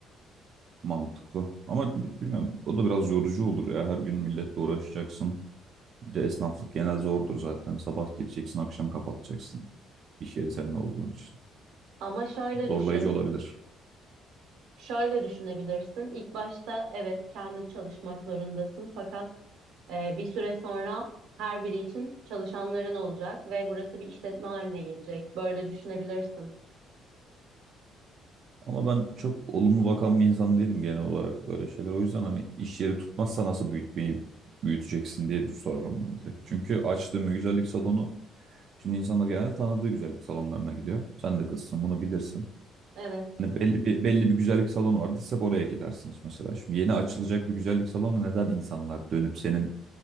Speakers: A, on the right; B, on the right.
A: Mantıklı. Ama bi- bilmiyorum o da biraz yorucu olur ya. Her gün milletle uğraşacaksın. Bir de esnaflık genel zordur zaten. Sabah gireceksin, akşam kapatacaksın. İş yeri senin olduğun için.
B: Ama şöyle
A: Zorlayıcı
B: düşün.
A: olabilir.
B: Şöyle düşünebilirsin. İlk başta evet kendi çalışmak zorundasın fakat e, bir süre sonra her biri için çalışanların olacak ve burası bir işletme haline gelecek. Böyle düşünebilirsin.
A: Ama ben çok olumlu bakan bir insan değilim genel olarak böyle şeyler. O yüzden hani iş yeri tutmazsa nasıl büyütmeyi büyüteceksin diye sorarım bunu direkt. Çünkü açtığım bir güzellik salonu şimdi insanlar genelde tanıdığı güzellik salonlarına gidiyor. Sen de kızsın bunu bilirsin.
B: Evet.
A: Hani belli bir belli bir güzellik salonu vardı. Siz hep oraya gidersiniz mesela. Şimdi yeni açılacak bir güzellik salonu neden insanlar dönüp senin